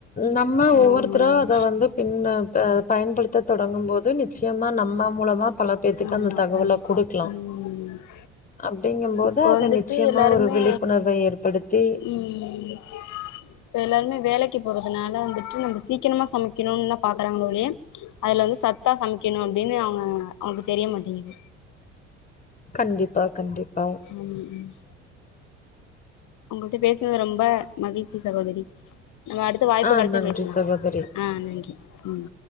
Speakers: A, on the left; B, on the left.
A: நம்ம ஒவ்வொருத்தரா
B: ம்
A: அத வந்து பின்ன ப பயன்படுத்த தொடங்கும் போது நிச் சயமா நம்ம மூலமா பல பேத்துக்கு
B: ஆமா
A: அந்த தகவல
B: கண்டிப்பா
A: குடுக்லா
B: ம்
A: அப்டிங்கும்போது
B: இப்போ
A: அத
B: வந்துட்டு
A: நிச்சயமா
B: எல்லாருமே
A: ஒரு விழிப்புணர்வ ஏற்படுத்தி
B: ம் இப்ப எல்லாருமே வேலக்கி போறதுனால வந்துட்டு நம்ப சீக்கிரமா சமைக்கணுன்தா பாக்குறாங்க ஒழிய அதுல வந்து சத்தா சமைக்கணு அப்டின்னு அவுங்க அவுங்கக்கு தெரிய மாட்டேங்குது
A: கண்டிப்பா கண்டிப்பா
B: ம் ம் உங்கள்ட்ட பேசுனது ரொம்ப மகிழ்ச்சி சகோதரி நம்ம அடுத் த்து வாய்ப்பு
A: ஆ
B: கெடச்சா
A: நன்றி
B: பேச்லா
A: சகோதரி.
B: ஆ நன்றி ம்